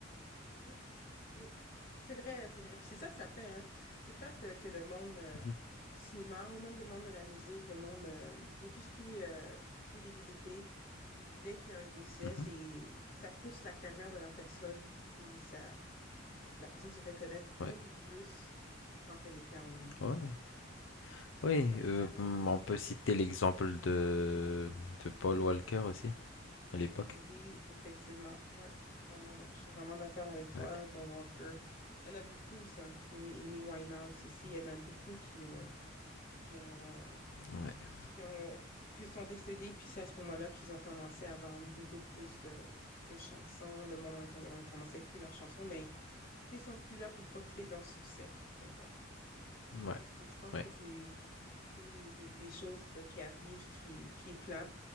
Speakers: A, on the left (about 45°); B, on the left (about 75°).
A: Oui, oui. C'est vrai, c'est vrai. Puis c'est ça que ça fait, hein. C'est plate euh, que le monde euh,
B: Mhm,
A: du cinéma ou même le monde de la musique, le monde euh, de tout ce qui est euh, célébrité, dès qu'il y a un décès,
B: mhm.
A: c'est ça pousse la carrière de la personne. C'est ça, euh, La personne se fait connaître beaucoup
B: Ouais,
A: plus que quand elle était en vie.
B: ouais, oui.
A: C'est un désavantage.
B: euh, mm, on peut citer l'exemple de, de Paul Walker aussi à l'époque.
A: Oui, effectivement. Ouais, je suis vraiment, d'ac- je suis vraiment d'accord avec toi,
B: Ouais,
A: Paul Walker. Il y en a beaucoup, ça. C'est Amy Amy Winehouse aussi. Il y en a beaucoup qui, euh, qui ont, euh,
B: ouais,
A: qui ont, qui sont décédés. Puis c'est à ce moment-là qu'ils ont commencé à vendre beaucoup plus de, de chansons. Le monde a, a commencé à écouter leurs chansons, mais tu sais, ils sont plus là pour profiter de leur succès. Mais bon,
B: ouais,
A: tu sais, c'est- je pense
B: ouais.
A: que c'est C'est une des, des- des choses de- qui arrivent qui, qui est plate,